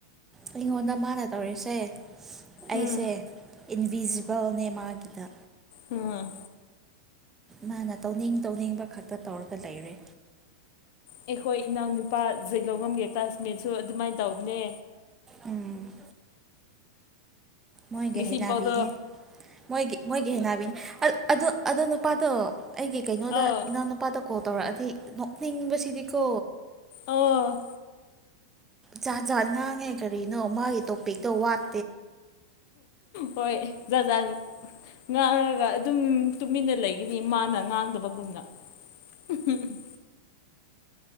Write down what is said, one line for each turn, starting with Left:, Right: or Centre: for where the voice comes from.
Right: ꯑꯩꯉꯣꯟꯗ ꯃꯥꯅ ꯇꯧꯔꯤꯁꯦ ꯑꯩꯁꯦ
Left: ꯎꯝ
Right: ꯏꯟꯕꯤꯖꯤꯕꯜꯅꯦ ꯃꯥꯒꯤꯗ
Left: ꯎꯝ
Right: ꯃꯥꯅ ꯇꯧꯅꯤꯡ ꯇꯧꯅꯤꯡꯕ ꯈꯠꯄ ꯇꯧꯔꯒ ꯂꯩꯔꯦ
Left: ꯑꯩꯈꯣꯏ ꯏꯅꯥꯎꯅꯨꯄꯥ ꯖꯂꯣꯡ ꯉꯝꯒꯦ ꯀ꯭ꯂꯥꯁꯃꯦꯠꯁꯨ ꯑꯗꯨꯃꯥꯏꯅ ꯇꯧꯕꯅꯦ
Right: ꯎꯝ ꯃꯣꯏꯒꯤ
Left: ꯉꯁꯤꯐꯥꯎꯗꯣ
Right: ꯍꯩꯩꯅꯕꯤꯅꯦ ꯃꯣꯏꯒꯤ ꯃꯣꯏꯒꯤ ꯍꯅꯥꯕꯤꯅꯦ ꯑꯣ ꯑꯗꯣ ꯅꯨꯄꯥꯗꯣ ꯑꯩꯒꯤ ꯀꯩꯅꯣꯗ
Left: ꯑꯥ
Right: ꯏꯅꯥꯎ ꯅꯨꯄꯥꯗ ꯀꯣ ꯇꯧꯔꯛꯑꯗꯤ ꯅꯣꯛꯅꯤꯡꯕꯁꯤꯗꯤꯀꯣ
Left: ꯑꯣ
Right: ꯖꯥꯠ ꯖꯥꯠ ꯉꯥꯡꯉꯦ ꯀꯔꯤꯅꯣ ꯃꯥꯒꯤ ꯇꯣꯄꯤꯛꯇꯣ ꯋꯥꯠ
Left: ꯍꯣꯏ ꯖꯥꯖꯥꯠ ꯉꯥꯡꯉꯒ ꯑꯗꯨꯝ ꯇꯨꯃꯤꯟꯅ ꯂꯩ ꯑꯗꯤ ꯃꯥꯅ ꯉꯥꯡꯗꯕꯒꯨꯝꯅ ꯎꯝ